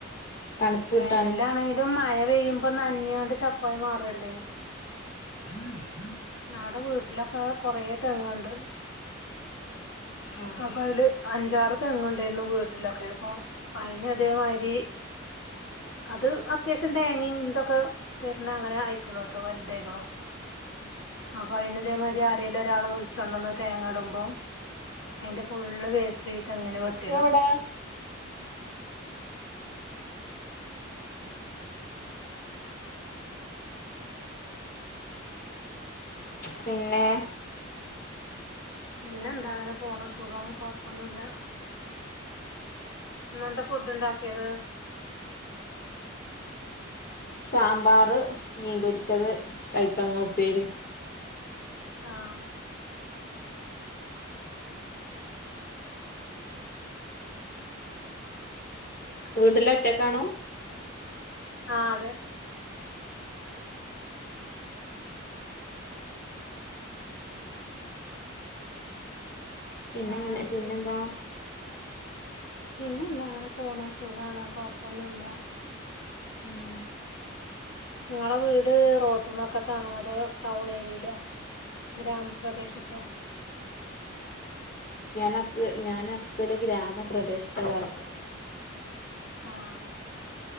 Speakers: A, on the left; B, on the left.
A: തണുപ്പ്
B: വേനലാണെങ്കിലും
A: കിട്ടാന്
B: മഴ പെയ്യുമ്പോ നന ഞ്ഞണ്ട് ചപ്പായി മാറല്ലെ
A: ഹം
B: നടെ വീട്ടിലൊക്കെ കൊറെ തെങ്ങുണ്ട്
A: ആഹ്
B: അപ്പയ്‌ല് അഞ്ചാറ് തെങ്ങണ്ടായിരുന്നു വീട്ടിലൊക്കെ അപ്പൊ അയിന് അതേ മാരി അത് അത്യാവശ്യം തേങ്ങയും ഇതൊക്കെ തര്ണ അങ്ങനെ അയിക്കണ് ട്ടോ വലുതായിക്കുണു അപ്പൊ അയിന് ഇതേമാതിരി ആരേലും ഒരാള് വിഴിച്ചോണ്ടന്ന് തേങ്ങടുമ്പം അതിന്റെ ഫുള് വേസ്റ്റ് ഈ തെങ്ങിന് വെട്ടിടും
A: എവിടെ പിന്നെ
B: പിന്നെ എന്താ അങ്ങനെ പോണു സുഖം കൊയപ്പൊന്നുല്ല ഇന്ന് എന്താ ഫുഡ് ഇണ്ടാകിയത്
A: സാമ്പാർ മീൻ പൊരിച്ചത് കയ്പങ്ങങ് ഉപ്പേരി
B: അഹ്
A: വീട്ടില് ഒറ്റക്കാണോ
B: അഹ് അതെ
A: പിന്നെങ്ങനെ
B: വേറെന്തൊക്കെ
A: പിന്നെ എന്താ
B: പിന്നെ എന്താ അങ്ങനെ പോണു സുഗാണ് കൊപ്പൊന്നുല്ല
A: ഉം
B: ഞങ്ങളെ വീട് റോട്ടുമ്മക്കത്താണോ അതോ ടൗൺ ഏരിയയിലോ ഗ്രാമപ്രദേശത്തോ
A: ഞാൻ അസ്സ ഞാൻ അസ്സൽ ഗ്രാമപ്രദേശത്തുകർ
B: അഹ്